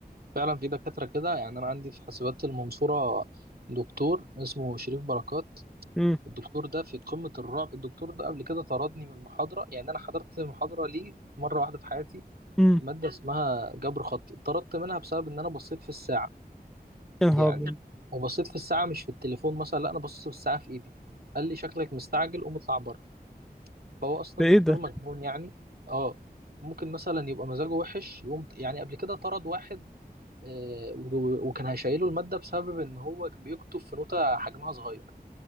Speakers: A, on the right (about 70°); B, in the centre.
A: فعلا في دكاترة كده يعني أنا عندي في حاسبات المنصورة دكتور اسمه شريف بركات
B: امم
A: الدكتور ده في قمة الرعب الدكتور ده قبل كده طردني من المحاضرة يعني أنا حضرت محاضرة ليه مرة واحدة في حياتي
B: امم
A: مادة اسمها جبر خطي اتطردت منها بسبب إن أنا بصيت في الساعة
B: يا نهار
A: يعني
B: أبيض.
A: وبصيت في الساعة مش في التليفون مثلا لا أنا بصيت في الساعة في إيدي قال لي شكلك مستعجل قوم اطلع بره فهو أصلا
B: ده ايه
A: دكتور
B: ده
A: مجنون يعني أه ممكن مثلا يبقى مزاجه وحش يقوم يعني قبل كده طرد واحد آه، و- وكان هيشيله المادة بسبب إن هو كان بيكتب في نوتة حجمها صغير